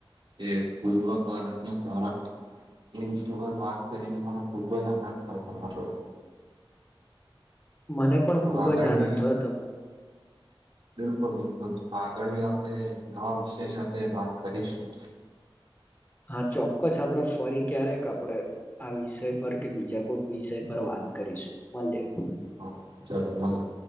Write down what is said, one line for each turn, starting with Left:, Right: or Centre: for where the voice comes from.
Right: એ પૂર્વ ભારત ભારત એમસ <inaudible> વાત કરીને મને ખુબ જ આનંદ થયો હતો.
Left: મને પણ
Right: તો
Left: ખુબ
Right: આગળ
Left: જ આનંદ
Right: બી
Left: થયો તો.
Right: બિલકુલ બિલકુલ તો આગળ આપણે નવા વિષય સાથે વાત કરીશું.
Left: હા, ચોક્કસ આપડ ફરી ક્યારેક આપડે આ વિષય પર કે બીજા કોઈક વિષય પર વાત કરીશું, મલીએ.
Right: હા, ચલો મલી